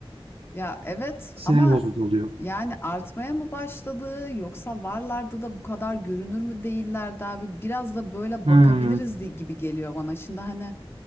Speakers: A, on the left (about 25°); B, on the right (about 80°).
A: Ya evet
B: Sinir
A: ama
B: bozucu oluyor.
A: Yani artmaya mı başladı yoksa varlardı da bu kadar görünür mü değillerdi abi? Biraz da böyle
B: Hımm.
A: bakabiliriz di- gibi geliyor bana. Şimdi hani